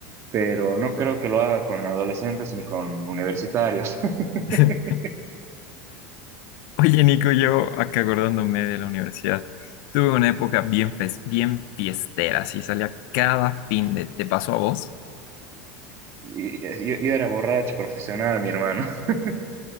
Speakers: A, on the right; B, on the left.
A: pero no creo que lo haga con adolescentes ni con universitarios. <laughs>
B: <laughs> Oye, Nico, yo acá acordándome de la universidad. Tuve una época bien, fes- bien fiestera, sí, salía cada fin de... ¿Te pasó a vos?
A: Y, eh, yo, yo era borracho profesional, mi hermano. <laughs>